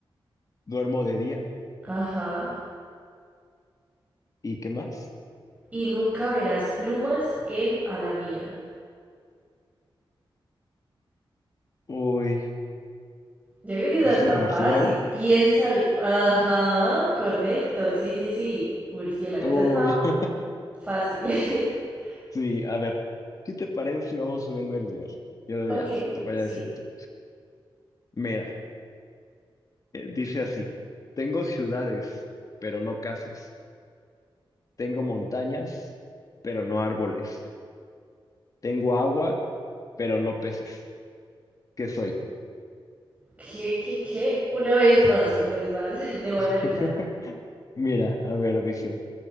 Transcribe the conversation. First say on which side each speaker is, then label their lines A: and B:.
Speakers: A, on the left; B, on the right.
A: duermo de día.
B: Ajá.
A: ¿Y qué más?
B: Y nunca verás plumas en a la mía.
A: Uy,
B: Yo creo que es
A: ¿es
B: hasta
A: el murciélago?
B: fácil. Piensa bien. Ajá, correcto. Sí, sí, sí. Murciélago,
A: Uy.
B: esa estaba
A: <laughs>
B: fácil. <laughs>
A: Sí, a ver, ¿qué te parece si vamos subiendo el nivel? Yo ya,
B: Ok,
A: te voy
B: sí.
A: a decir otro. Mira, eh, dice así, tengo ciudades, pero no casas. Tengo montañas, pero no árboles. Tengo agua, pero no peces. ¿Qué soy?
B: ¿Qué, qué, qué? Una vez más, una vez más. <laughs> Debo analizarlo.
A: <laughs> Mira, a ver, dice,